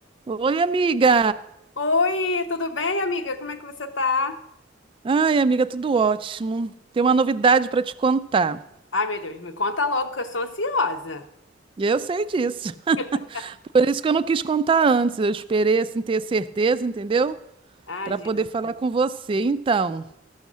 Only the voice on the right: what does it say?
Oi, amiga.
Ai, amiga, tudo ótimo. Tem uma novidade para te contar.
E Eu sei disso. <laughs>
Por isso que eu não quis contar antes. Eu esperei assim ter certeza, entendeu?
Para
poder falar com você. Então,